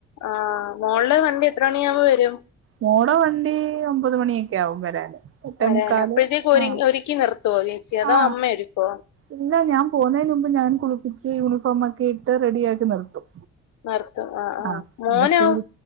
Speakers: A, on the left; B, on the right.
A: ആഹ് മോൾളെ വണ്ടി എത്ര മണിയാവുമ്പോ വരും
B: മോട വണ്ടി ഒമ്പത് മണിയൊക്കെ ആവും വരാന് എട്ടേ
A: വരാന
B: മുക്കാല്
A: അപ്പഴത്തേക്ക് ഒരു
B: ആ
A: ഒരുക്കി നിർത്തോ ചേച്ചി അതോ
B: ആ
A: അമ്മ ഒരുക്കോ
B: ഇല്ല ഞാൻ പോകുന്നയ്ന് മുമ്പ് ഞാൻ കുളിപ്പിച്ച് യൂണിഫോം ഒക്കെ ഇട്ട് റെഡി ആക്കി നിർത്തും
A: ന്നർത്തു ആഹ് ആഹ്
B: ആ
A: മോനാ
B: പിന്നെ സ്കൂൾ